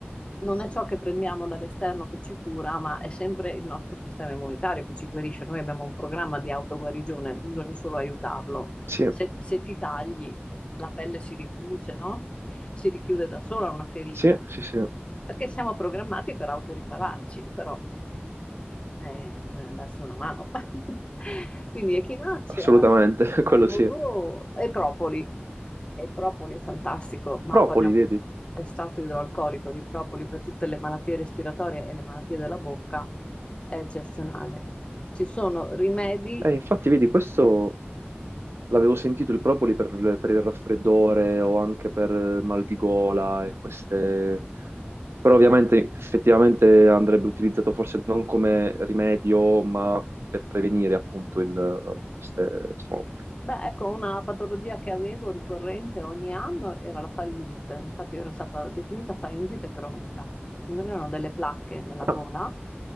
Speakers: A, on the left; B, on the right.
A: non è ciò che prendiamo dall'esterno che ci cura, ma è sempre il nostro sistema immunitario che ci guarisce. Noi abbiamo un programma di autoguarigione, bisogna solo aiutarlo.
B: Sì,
A: Se, se ti tagli, la pelle si ricuce, no? Si richiude da sola una ferita,
B: sì, sì, sì,
A: perché siamo programmati per autoripararci, però eh, bisogna darsi una mano. <laughs> Quindi echinacea,
B: assolutamente, <laughs> quello
A: al go-go
B: sì.
A: e propoli. E propoli è fantastico, ma
B: Propoli,
A: parliamo
B: vedi?
A: estratto idroalcolico di propoli per tutte le malattie respiratorie e le malattie della bocca è eccezionale. Ci sono rimedi,
B: Eh, infatti, vedi, questo L'avevo sentito il propoli per, per il raffreddore o anche per mal di gola e queste... Però ovviamente
A: eh,
B: effettivamente andrebbe utilizzato forse non come rimedio, ma per prevenire appunto il, queste... Insomma...
A: Beh, ecco, una patologia che avevo ricorrente ogni anno era la faringite. Infatti ero stata definita faringite cronica. Mi venivano delle placche nella gola,
B: Ah,